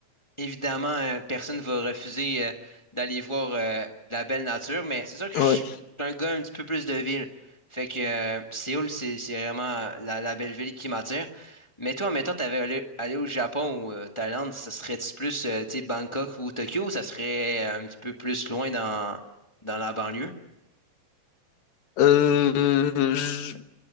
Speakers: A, on the left; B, on the left.
A: Évidemment, euh, personne ne va refuser euh, d'aller voir euh, de la belle nature, mais c'est sûr que
B: Ouais.
A: je suis un gars un petit peu plus de ville. Fait que euh, Séoul, c'est c'est vraiment la, la belle ville qui m'attire. Mais toi, mettons, t'avais allé, allé au Japon ou euh, Thaïlande, ça serait-tu plus euh, tu sais, Bangkok ou Tokyo, ou ça serait euh, un petit peu plus loin dans, dans la banlieue?
B: Euh, je-